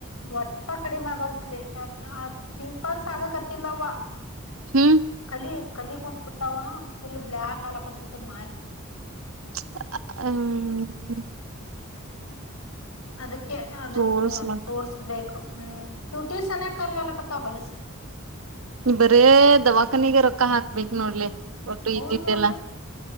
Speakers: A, on the left; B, on the right.
A: ಒಟ್ಟ ಕಡಿಮೆ ಆಗಲ್ತ್ಲಿ ಪಿಂಪಲ್ಸ್ ಆಗಕತಿಲ್ಲವ
B: ಹ್ಮ್
A: ಕಾಲ ಕಲ್ಲಿ ಕುತ್ ಬಿಟ್ಟಾವ ಫುಲ್ ಬ್ಲ್ಯಾಕ್ ಅಲ ಕತ್ಬಿಟ್ಟದ ಮಾರಿ
B: ಹ್ಮ್
A: ಅದಕ್ಕೆ ಅದಕ್ಕೆ
B: ತೋರ್ಸ್
A: ಅದು
B: ಮತ್
A: ತೋರ್ಸ್ಬೇಕು ಹ್ಮ್ ತುಟಿ ಸನ ಕಗಲ್ಲಕ್ಕಥ ಹೊಲಸ
B: ಬರೇ ದವಾಖಾನೆಗೆ ರೊಕ್ಕ ಹಾಕ್ಬೇಕು ನೋಡ್ಲಿ ಒಟ್ಟು
A: ಹೌದ್
B: ಇದ್ದಿದ್ದೆಲ್ಲ
A: ನೋಡ್ಲೆ